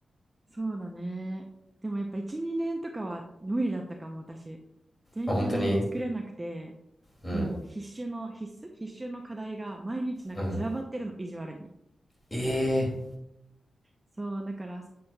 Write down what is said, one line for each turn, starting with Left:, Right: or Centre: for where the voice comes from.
Right: そうだね。でもやっぱ1、2年とかは無理だったかも、私。全休の日作れなくて、
Left: あ、本当にうん。
Right: もう必修の必須必修の課題が毎日なんか散らばってるの意地悪に
Left: うん。ええ
Right: そうだから